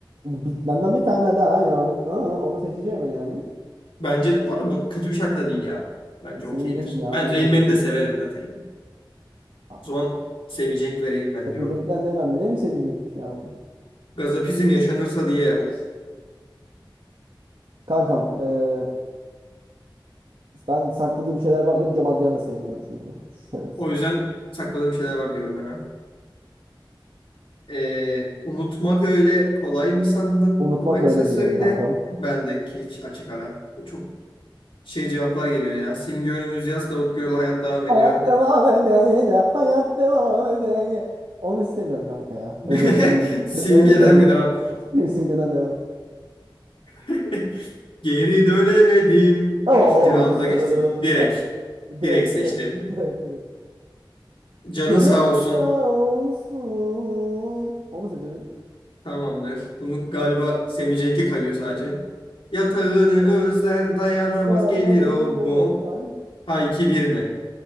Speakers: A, on the right; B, on the left.
A: bitmenden bir tane daha ya. Aa, onu seçeceğim ben yani.
B: Bence de, bu arada bu kötü bir şarkı da değil ya. Bence
A: Semih
B: okeydir.
A: Cenk yana
B: Ben
A: yana
B: Rain
A: seçerim.
B: Man'i de severim zaten. Yani.
A: Aa,
B: O zaman Semicenk ve Rain Man
A: Semih
B: diyorum.
A: Cenk'ten demem mi? Ne mi Semih Cenk'miş ya bu?
B: Gazapizm yaşanırsa diye of.
A: Kankam eee, ben sakladığım bir şeyler var diyorum. Cem Adrian'ı da sevmiyorum çünkü. Şerefsiz.
B: O yüzden sakladığım şeyler var diyorum hemen. Ee, unutmak öyle kolay mı sandın?
A: Unutmak
B: Kolaysa
A: öyle
B: söyle.
A: diyorum kankam.
B: Bendeki hiç açık ara. Bu Çok şey cevaplar geliyor ya. Simge önümüz yaz, Davut Gürel hayat devam ediyor.
A: Hayat devam eder de hayat devam eder ye. Onu istemiyorum kanka ya.
B: <laughs>
A: Öbürünü önümüz
B: Simgeden
A: <laughs> önümüzde
B: mi devam?
A: sim- simgeden devam.
B: <laughs> Geri dönemedim.
A: Orsuzca.
B: İkinci rounda geçtik. Direkt.
A: Direkt
B: Direkt seçtim.
A: direkt direkt direkt.
B: Canın
A: Canın
B: sağ olsun.
A: sağ olsun. Onu seçelim.
B: Tamamdır. Bunu galiba Semih Cenk'e kayıyor sadece. Yatağını özler dayanamaz
A: Dayanamadım.
B: gelir o mu?
A: Ay.
B: Ha iki bir mi?